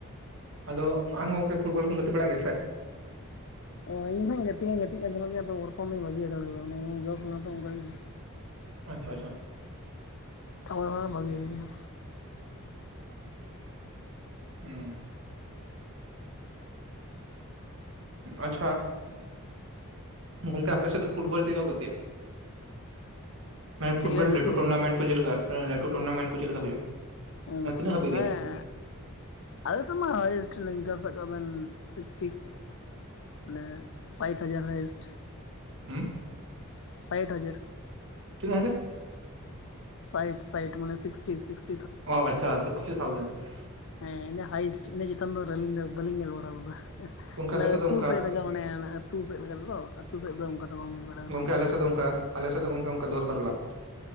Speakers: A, on the right (about 60°); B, on the left (about 60°).
A: ᱟᱫᱚ ᱟᱢ ᱜᱚᱝᱠᱮ ᱯᱷᱩᱴᱵᱚᱞ ᱠᱚᱢ ᱜᱟᱛᱮ ᱵᱟᱲᱟᱜ ᱜᱮᱭᱟ ᱥᱮ?
B: ᱦᱚᱭ ᱤᱧ ᱢᱟᱹᱧ ᱜᱟᱛᱮᱜ ᱢᱟ ᱜᱟᱛᱮᱜ ᱠᱟᱱ ᱛᱟᱦᱮᱱᱟ ᱜᱮᱭᱟ ᱟᱫᱚ ᱵᱚᱨᱛᱚᱢᱟᱱ ᱫᱚᱧ ᱵᱷᱟᱹᱜᱤ ᱦᱟᱛᱟᱲ ᱠᱟᱫᱟᱧ ᱡᱚᱥ ᱮᱱᱟ ᱛᱚ ᱚᱱᱠᱟᱜᱮ
A: ᱟᱪᱪᱷᱟ ᱟᱪᱷᱟ
B: ᱛᱟᱯᱚᱨᱮ ᱵᱷᱟᱹᱜᱤ ᱦᱩᱭ ᱠᱟᱱᱟ
A: ᱦᱮᱸ ᱟᱪᱪᱷᱟ ᱜᱚᱝᱠᱮ ᱟᱯᱮ ᱥᱮᱫ ᱫᱚ ᱯᱷᱩᱴᱵᱚᱞ ᱪᱮᱫ ᱠᱚ ᱜᱟᱛᱮᱜᱼᱟ ᱢᱮᱱ ᱯᱷᱩᱴᱵᱚᱞ
B: ᱪᱮᱫ ᱞᱮᱠᱟ ᱠᱚ
A: ᱞᱟᱹᱴᱩ
B: ᱜᱟᱛᱮᱜᱼᱟ
A: ᱴᱩᱱᱟᱢᱮᱱᱴ? ᱠᱚ ᱪᱮᱫ ᱞᱮᱠᱟ ᱞᱟᱹᱴᱩ ᱴᱩᱱᱟᱢᱮᱱ ᱠᱚ ᱪᱮᱫ ᱞᱮᱠᱟ ᱦᱩᱭᱩᱜᱼᱟ
B: ᱩ
A: ᱛᱤᱱᱟᱹᱜ ᱦᱟᱹᱵᱤᱡ
B: ᱦᱮᱸ
A: ᱨᱮᱭᱟᱜ
B: ᱟᱞᱮ ᱥᱮᱫ ᱢᱟ ᱦᱟᱭᱮᱥᱴ ᱱᱤᱝᱠᱟᱹ ᱥᱟᱵ ᱠᱟᱜ ᱵᱮᱱ ᱥᱤᱠᱥᱴᱤ ᱢᱟᱱᱮ ᱯᱷᱟᱭᱤᱵ ᱦᱟᱡᱟᱨ ᱦᱟᱭᱮᱥᱴ
A: ᱦᱩᱸ
B: ᱥᱟᱭᱴ ᱦᱟᱡᱟᱨ
A: ᱛᱤᱱᱟ. ᱜ ᱦᱟᱡᱟᱨ
B: ᱥᱟᱭᱴ ᱥᱟᱭᱴ ᱢᱟᱱᱮ ᱥᱤᱠᱴᱤ ᱥᱤᱠᱴᱤ
A: ᱚ ᱟᱪᱪᱷᱟ ᱥᱤᱠᱥᱴᱤ ᱛᱷᱟᱡᱮᱱᱰ
B: ᱦᱮᱸ ᱤᱱᱟᱹ ᱦᱟᱭᱴ ᱤᱱᱟᱹ ᱪᱤᱛᱟᱱ ᱫᱚ ᱟᱹᱞᱤᱧ ᱫᱚ ᱵᱟᱞᱤᱧ ᱧᱮᱞ ᱵᱟᱲᱟᱣ ᱠᱟᱫᱟ
A: ᱜᱚᱝᱠᱮ
B: ᱢᱟᱱᱮ
A: ᱟᱞᱮ
B: ᱟᱹᱛᱩ
A: ᱫᱚ ᱚᱱᱠᱟ
B: ᱥᱮᱫ ᱨᱮᱜᱮ ᱢᱟᱱᱮ ᱟᱹᱛᱩ ᱥᱮᱫ ᱞᱮᱠᱟ ᱛᱮᱫᱚ ᱟᱹᱛᱩ ᱥᱮᱫ ᱫᱚ ᱚᱱᱠᱟ ᱫᱚ ᱵᱟᱝ <inaudible>
A: ᱜᱚᱝᱠᱮ ᱟᱞᱮ
B: ᱚᱱᱛᱮ
A: ᱥᱮᱫ ᱫᱚ ᱚᱱᱠᱟ, ᱟᱞᱮ ᱥᱮᱫ ᱫᱚ ᱜᱚᱝᱠᱮ ᱚᱱᱠᱟ ᱫᱚᱥ ᱵᱟᱨᱚ ᱞᱟᱠᱷ᱾